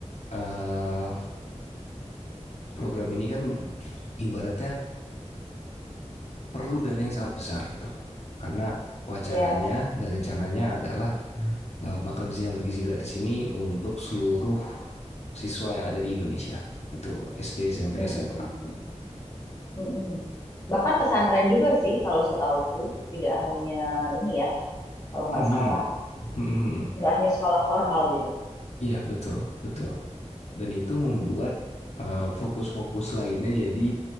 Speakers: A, on the left; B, on the left.
A: eh, program ini kan ibaratnya perlu dana yang sangat besar gitu, karena wacananya
B: Iya.
A: dan rencananya adalah eh, makan siang bergizi gratis ini untuk seluruh siswa yang ada di Indonesia itu SD SMP
B: hmm. Ya.
A: SMA
B: Hmm, hmm, hmm, hmm, hmm. Bahkan pesantren juga sih kalau setauku. Tidak hanya ini ya, kalau
A: Mhm.
B: nggak salah.
A: Mhm.
B: Nggak hanya sekolah formal gitu.
A: iya betul betul dan itu membuat
B: Mm, mm.
A: eh, fokus-fokus lainnya jadi